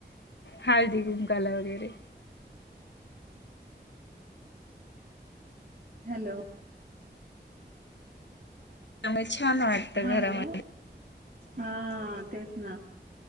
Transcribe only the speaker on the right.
ह <inaudible> हॅलो
हा
हॅलो हा तेच ना